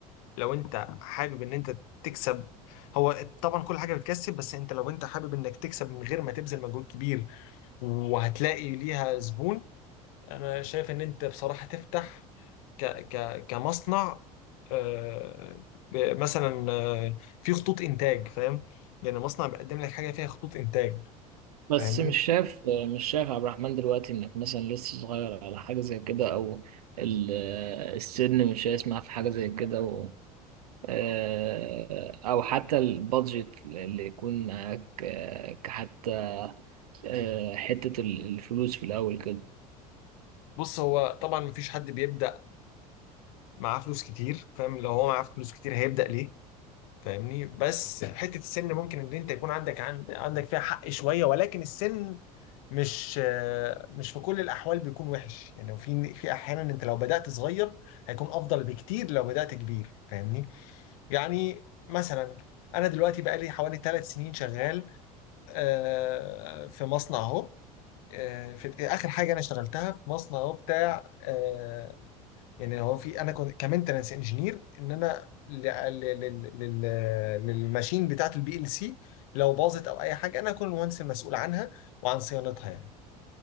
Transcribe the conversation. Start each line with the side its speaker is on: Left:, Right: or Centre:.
Left: لو انت حابب ان انت تكسب هو طبعا كل حاجه بتكسب بس انت لو انت حابب انك تكسب من غير ما تبذل مجهود كبير وهتلاقي ليها زبون انا شايف ان انت بصراحه تفتح ك ك كمصنع آه، ب- مثلا آه، في خطوط انتاج فاهم يعني مصنع بيقدم لك حاجه فيها خطوط انتاج
Right: بس
Left: فاهمني
Right: مش شايف مش شايف عبد الرحمن دلوقتي انك مثلا لسه صغير على حاجة زي كده او ال- آه، السن مش هيسمع في حاجة زي كده و... آه، او حتى البادجت اللي يكون معاك آه، كحتى آه، حتة ال- الفلوس في الاول كده
Left: بص هو طبعا مفيش حد بيبدا معاه فلوس كتير فاهم لو هو معاه فلوس كتير هيبدا ليه فاهمني بس حته السن ممكن ان انت يكون عندك عن- عندك فيها حق شويه ولكن السن مش آه، مش في كل الاحوال بيكون وحش يعني في في احيانا انت لو بدات صغير هيكون افضل بكتير لو بدات كبير فاهمني يعني مثلا انا دلوقتي بقالي حوالي ثلاث سنين شغال آه، في مصنع اهو آه، في اخر حاجه انا اشتغلتها في مصنع اهو بتاع آه، يعني هو في انا كنت كمينتنس انجينير ان انا ل- ل- لل- لل- للماشين بتاعه البي ال سي لو باظت او اي حاجه انا اكون المهندس المسؤول عنها وعن صيانتها يعني